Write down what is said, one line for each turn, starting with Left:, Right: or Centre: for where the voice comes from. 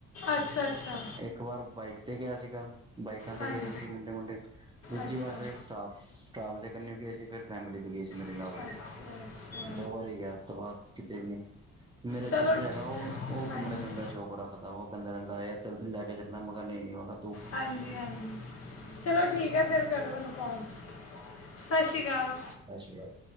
Left: ਅੱਛਾ-ਅੱਛਾ।
Right: ਇੱਕ ਵਾਰ ਬਾਈਕ ਤੇ ਗਿਆ ਸੀਗਾ ਬਾਈਕਾਂ ਤੇ
Left: ਹਾਂਜੀ,
Right: ਗਏ ਸੀ-ਸੀ, ਮੁੰਡੇ-ਮੁੰਡੇ ਦੂਜੀ
Left: ਅੱਛਾ,
Right: ਵਾਰ ਫਿਰ ਸਟਾਫ-ਸਟਾਫ ਦੇ ਕੰਨੀ ਗਏ ਸੀ ਫਿਰ ਫੈਮਲੀ ਵੀ ਗਈ ਸੀ ਮੇਰੇ
Left: ਅੱਛਾ,
Right: ਨਾਲ,
Left: ਅੱਛਾ।
Right: ਦੋ ਵਾਰੀ ਗਿਆ ਓਤੋਂ ਬਾਅਦ ਕਿਤੇ ਵੀ ਨੀ ਮੇਰਾ
Left: ਚਲੋ
Right: ਜੀਜਾ ਹੈਗਾ ਓ, ਉਹ
Left: ਹਾਂਜੀ, ਹਾਂਜੀ,
Right: ਘੁੰਮਣ ਫਿਰਨ ਦਾ ਸ਼ੌਂਕ ਰੱਖਦਾ ਵਾ, ਉਹ ਕਹਿੰਦਾ ਰਹਿੰਦਾ ਯਾਰ ਚਲ ਤੈਨੂੰ ਲੈ ਕੇ ਚੱਲਾਂ, ਮੈ ਕਾ ਨਹੀਂ-ਨਹੀ ਮੈ ਕਾ
Left: ਹਾਂਜੀ-ਹਾਂਜੀ। ਚਲੋ ਠੀਕ ਏ, ਫੇਰ ਕਰਲੋ ਉਹਨੂੰ ਕੋਲ, ਸ਼ਾਸ਼ੀ ਕਾਲ।
Right: ਸ਼ਾਸ਼ੀ ਕਾਲ।